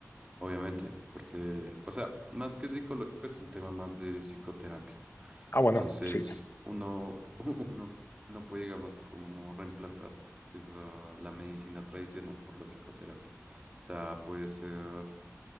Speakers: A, on the right (about 20°); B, on the left (about 45°).
A: obviamente, porque, o sea, más que psicológico es un tema más de psicoterapia.
B: Ah, bueno,
A: Entonces,
B: sí.
A: uno, <laughs> uno no puede, digamos, como reemplazar esa- la medicina tradicional por la psicoterapia. O sea, puede ser